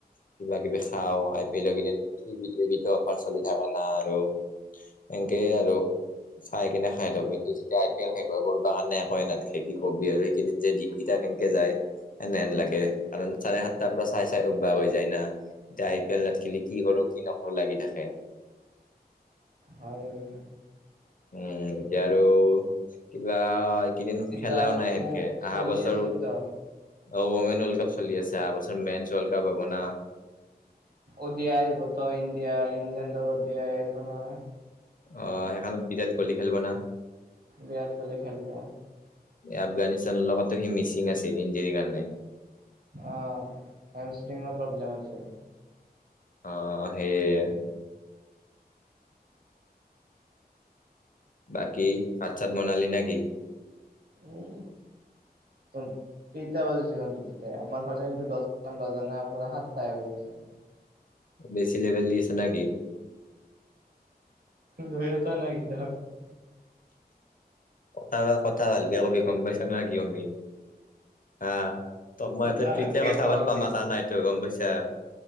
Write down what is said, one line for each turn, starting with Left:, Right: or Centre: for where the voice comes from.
Left: কিবা কিবি খাও, আই পি এলৰ কেইদিন চুইগি টোইগিটো অফাৰ চলি থাকা না আৰু। এংকেই আৰু। চাই কিনে খাই থাকো। কিন্তু যেতিয়া আই পি এল শেষ কৰব কাৰণে একোৱে নাথখে, কি কবি আৰু সেইকেইদিন যে দিনকেইটা কেনকে যায় এনেহেন লাগে। কাৰণ চাৰে সাতটাৰ পৰা চাই চাই অভ্যাস হৈ যায় না। এতিয়া আই পি এল নাথখিলি কি কৰো কি নকৰো লাগি থাকে।
Right: হৈও দে।
Left: উম এতিয়া আৰু কিবা এইকেইদিন
Right: এতিয়া
Left: খেলাও নাই সেনকে, অহা
Right: চলি
Left: বছৰো
Right: আছে তো
Left: অ ওমেন ৱৰ্ল্ড কাপ চলি আছে। অহাবছৰ মেন ওৰ্ল্ড কাপ হ'ব না।
Right: অদিয়াইহঁতৰ ইণ্ডিয়াৰ ইংলেণ্ডৰ অডিয়া আহিব নহয়।
Left: অ সেইখনত বিৰাট কোহলি খেলব না।
Right: বিৰাট কোহলি খেলব।
Left: আফগানিস্তানৰ লগতো সি মিচিং আছিল ইনজুৰিৰ কাৰণে।
Right: অ আইচটিংৰ প্ৰব্লেম আছে।
Left: অ সেইয়ে। বাকী ভাত চাত বনালি না কি?
Right: উম ত কেইটা বাজিছে তনতৰ দুটা। আমাৰ ফালে কিন্তু দছটামান বজা নাই, আমাৰ ফালে সাতটায়ে বাজিছে।
Left: বেছি লেবেল দি আছ নাকি?
Right: ধৈ আছা নাই <unintelligible>
Left: কথা, কথা ভালকে কবি। গম পাইছা নাই কি হ'য় মি। হা তোক মই
Right: কথা
Left: এতে ফ্ৰীতে
Right: ভালকে
Left: কথা
Right: কওঁ
Left: পাতব
Right: আমি
Left: মাতা নাইটো গম পাইছা?